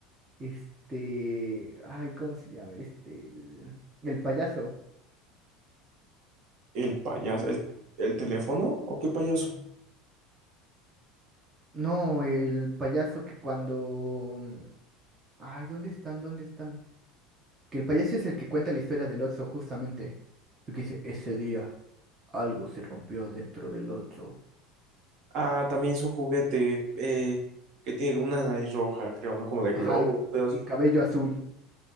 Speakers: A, on the right; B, on the right.
A: este, ay, ¿cómo se llama? Este, el, el payaso.
B: El payaso. ¿El, el teléfono? ¿O qué payaso?
A: No, el payaso que cuando... mm, Ay, ¿dónde están? ¿Dónde están? Que el payaso es el que cuenta la historia del Oxxo justamente. El que dice, ese día algo se rompió dentro del Oxxo
B: Ah, también es un juguete eh, que tiene como una nariz roja, creo, ¿no? Como de globo,
A: Ajá, y,
B: un pedo así.
A: y cabello azul.